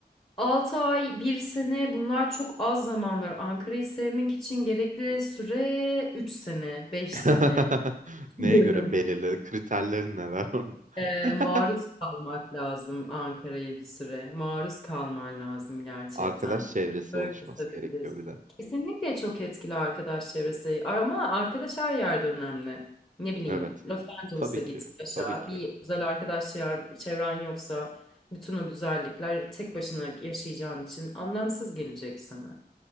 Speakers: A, on the left; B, on the right.
A: 6 ay, bir sene bunlar çok az zamanlar. Ankara'yı sevmek için gerekli süre 3 sene, 5
B: <laughs>
A: sene
B: Neye
A: diyorum.
B: göre belirli kriterlerin neler onun?
A: Ee,
B: <laughs>
A: maruz kalmak lazım Ankara'yı bir süre. Maruz kalman lazım gerçekten.
B: Arkadaş çevresi
A: Böyle
B: oluşması
A: sevebiliyorsun.
B: gerekiyor bir de.
A: Kesinlikle çok etkili arkadaş çevresi. Ama arkadaş her yerde önemli. Ne bileyim,
B: Evet.
A: Los Angeles'a
B: Tabii
A: git,
B: ki.
A: yaşa.
B: Tabii ki.
A: Bir güzel arkadaş çev- çevren yoksa bütün o güzellikler tek başına yaşayacağın için anlamsız gelecek sana.